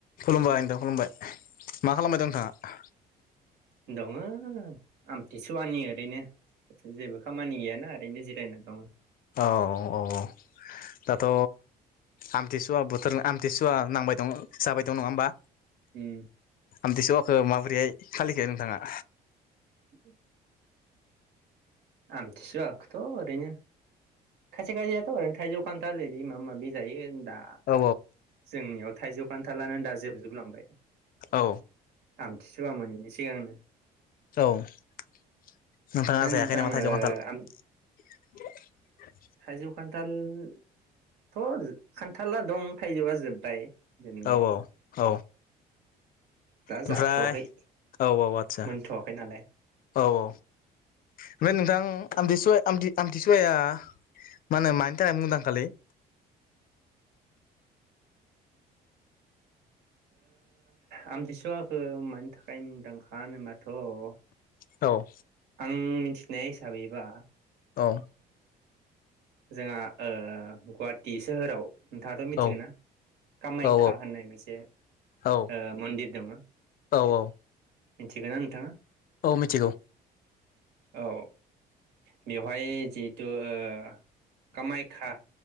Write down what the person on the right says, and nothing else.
दङो आमथिसुवानि ओरैनो जेबो खामानि गैयाना ओरैनो जिरायना दङो।
उम।
<inaudible> आमथिसुखोथ' ओरैनो खायसे खायसेयाथ' ओरैनो थाइजौ खान्थाल ओरै माबा माबि जायो। दा
जोंनियाव थाइजौ खान्थालानो दा जोबजोबलांबाय।
आ मथिसुवा मोनैनि सिगांनो।
ओ
नोंथां
ओ
आम
थाइजौ खान्थालथ' खान्थाला दं थाइजौआ जोब्बाय। जोबनाया
दा
जाथ'वाखै
मोनथ'वाखै नालाय
आमथिसुवाखौ मानि थाखाय मुंदांखा होनोबाथ'
आं मि थिनाय हिसाबैबा
जोंहा ओ गुवाहाटि सोहोराव नोंथाङाथ' मिथिगौ
ना कामायख्या
होननाय मोनसे ओ
मन्दिर दोङो।
मिथिगोना नोंथाङा?
औ बेवहाय जिहेथु ओ कामायखा